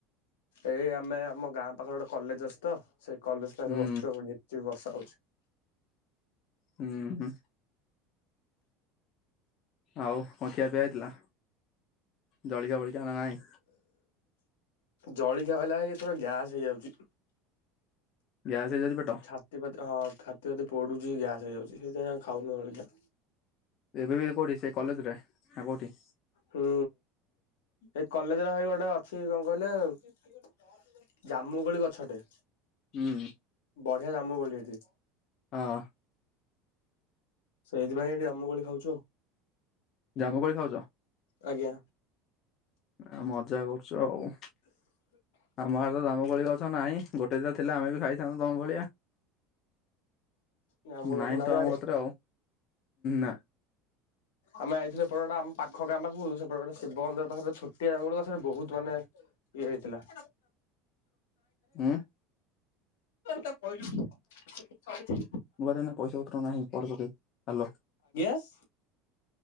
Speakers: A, on the left; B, on the left.
A: ଏଇ ଆମେ ଆମ ଗାଁ ପାଖରେ ଗୋଟେ କଲେଜ ଅଛି ତ। ସେଇ କଲେଜ ପାଖରେ
B: ହୁଁ
A: ବସିଛୁ ଆଉ। ଝିପ୍ ଝିପ୍ ବର୍ଷା ହଉଛି।
B: ହୁଁ- ହୁଁ। ଆଉ କଣ ଖିଆ ପିଆ ହେଇଥିଲା? ଜଳିଖିଆ ଫଳିଖିଆ ନା ନାହିଁ?
A: ଜଳଖିଆ ଖାଇଲା ବେଳକୁ, ଏଥର ଗ୍ୟାସ୍ ହେଇଯାଉଛି।
B: ଗ୍ୟାସ। ହେଇଯାଉଛି ପେଟ
A: ଛାତି ପାତି ହଁ ଛାତି ପାତି ପୋଡୁଛି, ଗ୍ୟାସ ହେଇଯାଉଛି। ସେଇଥିାଇଁ ଆଉ ଖାଉନୁ ଜଳଖିଆ।
B: ଏବେ ବି କୋଉଠି ସେ କଲେଜରେ, ନା କୋଉଠି?
A: ହୁଁ। ଏଇ କଲେଜରେ ଭାଇ ଗୋଟେ ଅଛି କଣ କହିଲେ? ଜାମୁ କୋଳି ଗଛଟେ।
B: ହୁଁ।
A: ବଢିଆ ଜାମୁକୋଳି ଏଠି।
B: ହଁ।
A: ସେଇଥିପାଇଁ ଏଠି ଜାମୁକୋଳି ଖାଉଛୁ ଆଉ।
B: ଜାମୁକୋଳି ଖାଉଛ?
A: ଆଜ୍ଞା
B: ଆଉ ମଜା କରୁ ଚ ଆଉ ଆମ ଆଗ ଆମ ଭଳି ଗଛ ନାହିଁ ଗୋଟେ ଦା ଥିଲାଥିଲେ ଆମେ ବି ଖାଇଥାନ୍ତୁ ତମ ଭଳିଆ।
A: ଜାମୁ ଗଛ
B: ନାଇଁ
A: ନାହିଁ
B: ତ
A: ଇଆଡେ
B: ଆମ କଥରେ ଆଉ ନା
A: ଆମେ ଆଇଥିଲେ ପଟେ ଆମ ପାଖ ଗ ଆମ ପାଖକୁଟ ଶିବ ମନ୍ଦିର ପାରେ ଛୋଟିଆ ପାରେ ବହୁତ ମାନେ ଇଏ ହେଇଥିଲା <unintelligible> <inaudible>
B: ଉଁ
A: ତ କହିଲୁ <inaudible>
B: ମୋରେନା ପଇସା ଉତ୍ତର ନାହିଁ ପରବର୍ତୀ ହାଲୋ।
A: ବସ୍।